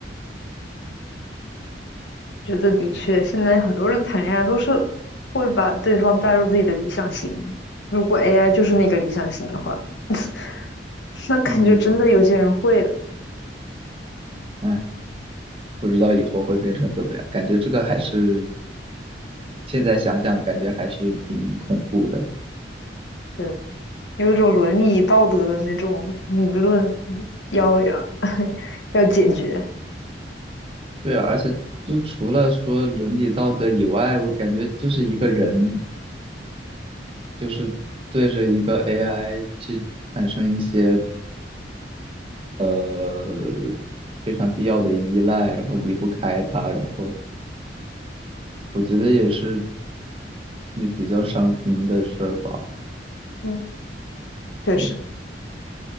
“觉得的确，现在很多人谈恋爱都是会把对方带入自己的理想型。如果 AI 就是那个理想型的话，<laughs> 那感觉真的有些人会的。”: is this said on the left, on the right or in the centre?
Left